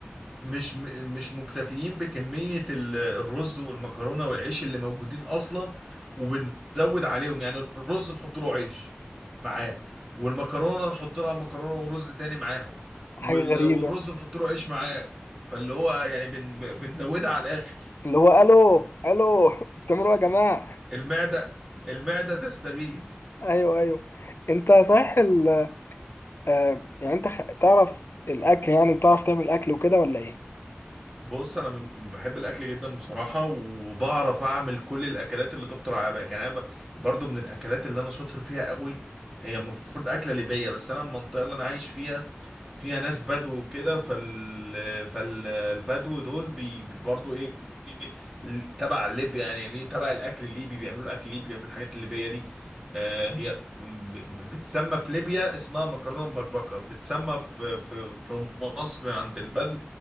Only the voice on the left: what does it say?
حاجة
غريبة
اللي هو الو الو <laughs> انتوا بتعملوا ايه يا جماعة
ايوه ايوه انت صحيح ال آه، يعني انت خ- تعرف الاكل يعني بتعرف تعمل اكل وكده ولا ايه